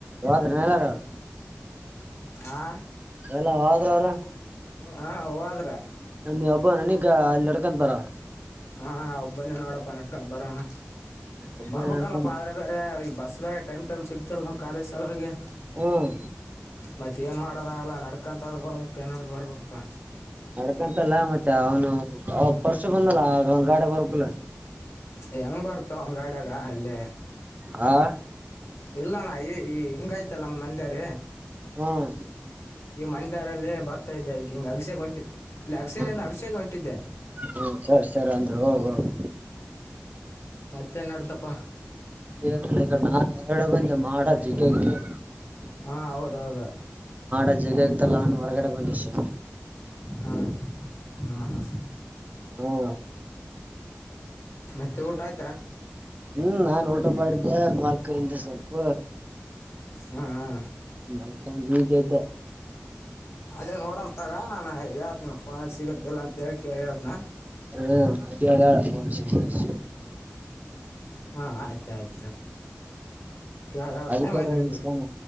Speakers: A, on the right; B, on the left.
A: ಹದ್ರ ಎಲ್ಲಾರ ಅವರು
B: ಹಾಂ
A: ಎಲ್ಲ ಹೋದ್ರ ಅವರು
B: ಹಾ ಹೋದ್ರು
A: ನಮ ಹಬ್ಬ ನನಗ ಅಲ್ಲಿ ನಡ್ಕೊಂತ ಬರ
B: ಹಾ ನಾ ಒಬ್ಬನೇ ನೋಡಪ್ಪ ನೆಡ್ಕತ್ ಬರವನ
A: ಒಬ್ಬ
B: ಬರ್ಬೇಕಲ್ಲಪ್ಪಾ
A: ನಡ್ಕೊಂಬ
B: ಆದ್ರೆ ಬೇರೆ ಈ ಬಸ್ ಬೇರೆ ಟೈಮ್ ಟೈಮ್ ಸಿಗ್ತಲ್ಲ ನಮ್ ಕಾಲೇಜ್ ಸಲುವಿಗೆ
A: ಹ್ಮ್
B: ಮತ್ತೆ ಏನ್ ಮಾಡೋದಾಗಲ್ಲ ನಡ್ಕಂತಾದ್ರರು ಬರ್ಬೇಕಕ್ ಏನಾದ್ರು ಬರ್ಬೇಕಪ್ಪಾ
A: ನಡ್ಕಂತಲ್ಲ ಮತ್ತೆ ಅವನು ಅವ ಪರ್ಶು ಬಂದಲ್ಲ ಆ ಅವ್ನ್ ಗಾಡಗ ಬರಬೇಕಲ್ಲ
B: ಹೆಂಗ್ ಬರ್ತೋ ಒನ ಗಾಡಾಗ ಅಲ್ಲಿ
A: ಹಾ
B: ಇಲ್ಲಾನಾಣ್ಣ ಈ ಈ ಹಿಂಗಾಯ್ತಲ್ಲ ನಮ್ಮ್ ಮಂದಾರಿ
A: ಹ್ಮ್
B: ಈ ಮನೆ ದಾರಿಯಲ್ಲಿ ಬರ್ತಾ ಇದ್ದೆ ಅದ ಹಿಂಗ ಅಗಸ್ಯ ಹೊಂಟೀನಿ ಇಲ್ಲಿ ಆಗಸ್ಯದಿಂದ
A: ಹ್ಮ್
B: ಆಗಸ್ಯ ಗೆ ಹೊಂಟಿದ್ದೆ
A: ಹ್ಮ್ ಸರಿ ಸರಿ ಅಂದ್ರೆ ಹೋಗ ಹೋಗ
B: ಮತ್ತೆ ಏನ್‌ನಡ್ಡಪ್ಪ
A: ಹೇಳಿಲ್ಲ ಈಗ ನಾನನ್ ಹೊರಗಡೆ ಬಂದ ಮಾಡ ಜಿಗಗತ್ತು <unintelligible>
B: ಹಾ ಹೌದೌದು
A: ಅ ಜಗ ಇತ್ತಲ್ಲಾನು ಹೊರಗಡೆ ಬಂದ ಸು
B: ಹಾ ಹಾ ಹಾ ಹಾ
A: ಹ್ಮ್
B: ಮತ್ತೆ ಊಟ ಆಯ್ತಾ
A: ಹ್ಮ್ ನಾನ್ ಊಟ ಮಾಡಿದ್ದೆ ಮಲ್ಕೂಂಡೆ ಸ್ವಲ್ಪ
B: ಹ್ಮ್ ಹ್ಮ್
A: ಮಲ್ಕೂಂಡು ಈಗ ಏದ್ದೆ
B: ಅದೇ ನೋಡೋನ್ ತಗ ನಾನ ಹೇಳ್ತ ಫೋನ ಸಿಗಿಲ್ಲ ಅಂತ ಹೇಳ್ ಕೇಳಿ ಹೇಳತ್ನಾ
A: ಹ ಯ ಶ
B: ಹಾ ಆಯ್ತ ಆಯ್ತು ಕೇಳಿ ಹೇಳ್ತೀನಿ
A: ಅದಕ್ಕೆ
B: ಮತ್ತೆ
A: ನ
B: ನಿಮ್ಮದು
A: ಫೋನ್